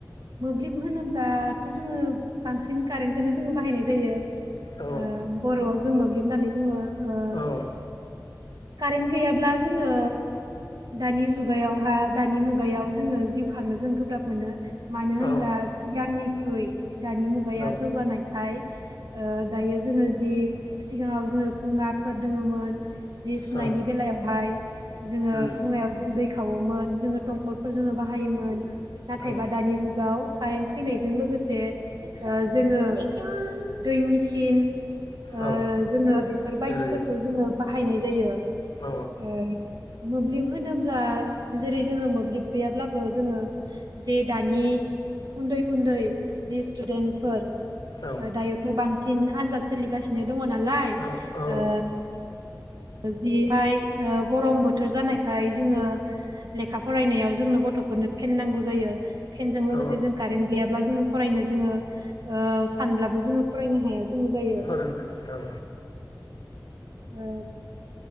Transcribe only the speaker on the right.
मोब्लिब होनोब्लाथ' जोङो बांसिन कारेन्टखोनो जोङो बाहायनाय जायो
ओ बर'आव जों मोब्लिब होननानै बुङो ओ
कारेन्ट गैयाब्ला जोङो दानि जुगायावहा दानि मुगायाव जोङो जिउ खांनो जों गोब्राब मोनो। मानो होनब्ला
सिगांनिख्रुइ दानि मुगाया
जौगानायखाय ओ दायो जोङो जि सिगाङाव जोङो खुङाफोर दङोमोन जि सुनायनि
बेलायावहाय जोङो
खुङायाव जों दै खावोमोन जोङो दंखलखौ‌ जोङो बाहायोमोन नाथायबा
दानि जुगाव कारेन्ट फैनायजों लोगोसे जोङो दै मेचिन ओ
जोङो बेफोरबायदिफोरखौ
जोङो बाहायनाय जायो
ओ मोब्लिब होनोब्ला जेरै जोङो मोब्लिब गैयाब्लाबो जोङो जे दानि उन्दै, उन्दै, जि स्टुदेन्टफोर
दायोथ' बांसिन आनजाद सोलिगासिनो दङ नालाय
ओ जिहाय ओ गरम बोथोर जानायखाय जोङो लेखा फरायनायाव जोंनो गथ'फोरनो फेन नांगौ जायो, फेनजों लोगोसे
जों कारेन्ट गैयाब्ला जों फरायनो जोङो ओ सानब्लाबो जोङो फरायनो हाया जायो
ओ